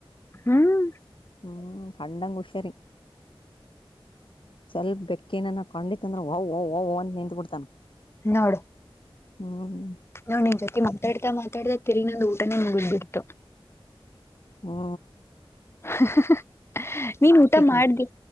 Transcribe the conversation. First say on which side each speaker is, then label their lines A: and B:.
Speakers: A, on the left; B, on the left.
A: ಹ್ಮ್
B: ಹ್ಮ್. ಕಂಡಂಗುಷರಿ. ಸ್ವಲ್ಪ ಬೇಕ್. ಕ್ಕೇನ ಕಂಡಿತತ್ಂದ್ರ ವಓ್ವ ವಓ್ವ ಓವ್ ಅಂತ ನಿಂತತ್ ಬಿಡ್ತಾನ.
A: ನೋಡು
B: ಹ್ಮ್
A: ನೋಡ್ ನಿನ್ ಜೊತಿ ಮಾತಾಡ್ತಾ ಮಾ ತಾಡಿ ತಿರಿಗೊಂದು ಊಟನೇ ಮುಗುದ್ಬಿಡ್ತು.
B: ಹ್ಮ
A: ಹ್ಮ್ ಹ್ಮ ಹ್ಮ ನೀನ್ ಊಟ ಮಾಡ್ದಿ
B: ನೀ